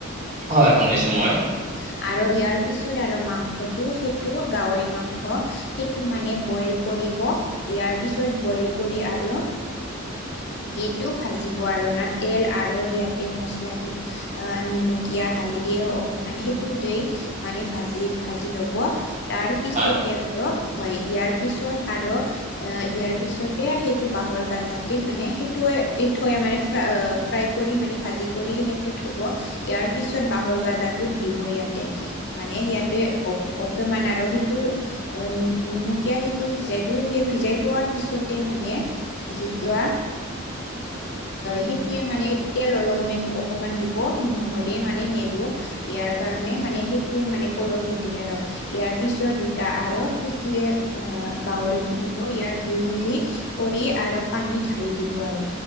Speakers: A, on the right; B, on the left.
A: হয়, শুনিছো মই।
B: আৰু ইয়াৰ পিছত আৰু মাংসটো সেইটো গাহৰি মাংস। সেইটো মানে বইল কৰিব ইয়াৰ পিছত বইল কৰি আৰু এইটো ভাজিব আৰু না তেল আৰু সিয়াতে মছলা কিবা নিমকীয়া, হালেধি অকমেন সেইটো দি মানে ভাজি ভাজি ল'ব, তাৰ পিছতে
A: হয়
B: আৰু হয় ইয়াৰ পিছত আৰ এ ইয়াৰ পিছতে সেইটো বাঁহৰ গাজাতে মানে সেইটোৱে থৈ মানে ফ্ৰাই কৰি মানে ভাজি কৰি সেইটো থব ইয়াৰ পিছত বাঁহৰ গাজাটো দিব ইয়াতে। মানে সিয়াতে অ' অকেমান আৰু সেইটো অ' নিমকীয়া সেইটো ভিজাই থৈ সেই ভিজাই থোৱাৰ পিছত তে মানে ভাজিটোৱা সেইটোৱে মানে তেল অলেপমান অকমান দিব, নহ'লে মানে নেদো। ইয়াৰ কাৰণে মানে সেইটোৱে মানে কৰহি দিয়ে আৰ। ইয়াৰ পিছত দুটা আৰু সেইটোৱে আহ' গাহৰিটো দিব, ইয়াত দুই মিলি কৰি আৰু পানী ঢালি দিব আৰ।